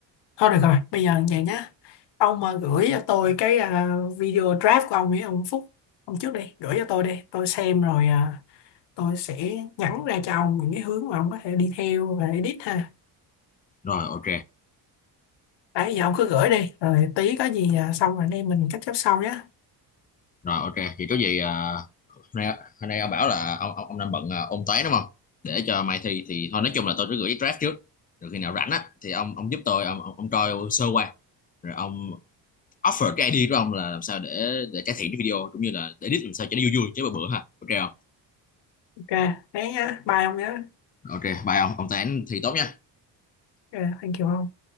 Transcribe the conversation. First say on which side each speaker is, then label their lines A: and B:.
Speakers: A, on the left; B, on the left.
A: Thôi được rồi, bây giờ vậy nhá. Ông mà gửi cho tôi cái à, video draft của ông ấy, ông Phúc, ông trước đi, gửi cho tôi đi. Tôi xem rồi à, tôi sẽ nhắn ra cho ông những cái hướng mà ông có thể đi theo và edit ha.
B: rồi ok
A: Đấy, giờ ông cứ gửi đi, rồi tí có gì à, xong rồi anh em mình catch up sau nhá.
B: rồi ok thì có gì à, hôm nay hôm nay ông bảo là ông ông, ông đang bận à, ôn toán đúng không để cho mai thi thì thôi nói chung là tôi cứ gửi cái draft trước rồi khi nào rảnh á thì ông ông giúp tôi ông ông, ông coi sơ qua rồi ông offer cái idea của ông là làm sao để để cải thiện cái video cũng như là để edit làm sao cho nó vui vui chứ bữa bữa ha ok không
A: Ok, thế nhá, bye ông nhá.
B: ok bye ông ông toán thi tốt nha
A: Ok, thank you ông.